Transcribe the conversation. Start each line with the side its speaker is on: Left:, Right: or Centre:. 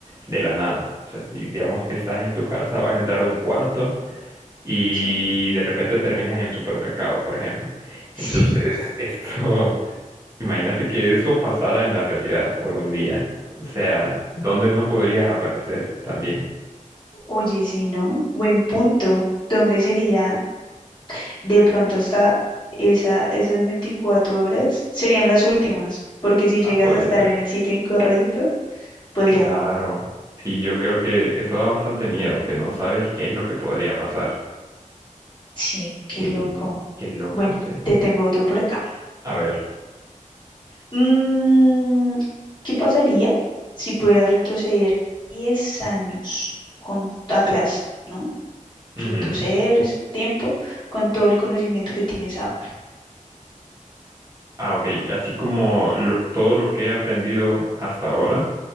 Right: de la nada. O sea, si digamos que estás en tu casa, vas a entrar a un cuarto y
Left: Sí. <laughs>
Right: de repente terminas en el supermercado, por ejemplo.
Left: Sí.
Right: Entonces, esto, <laughs> imagínate que eso pasara en la realidad por un día. O sea, ¿dónde no podrías aparecer también?
Left: Oye, sí no, buen punto. ¿Dónde sería de pronto hasta esa, esas 24 horas? Serían las últimas, porque si llegas
Right: Ah, podría
Left: a estar
Right: ser.
Left: en el sitio incorrecto, pues
Right: Claro.
Left: ya,
Right: Sí, yo creo que eso da bastante miedo, que no sabes qué es lo que podría pasar.
Left: sí, qué
Right: Qué,
Left: loco.
Right: qué loco,
Left: Bueno,
Right: sí.
Left: te tengo otro por acá.
Right: A ver.
Left: Mm, ¿qué pasaría si pudieras retroceder 10 años con, atrás, ¿no?
Right: Ujú.
Left: Retroceder ese tiempo con todo el conocimiento que tienes ahora.
Right: Ah, ok. Así como lo- todo lo que he aprendido hasta ahora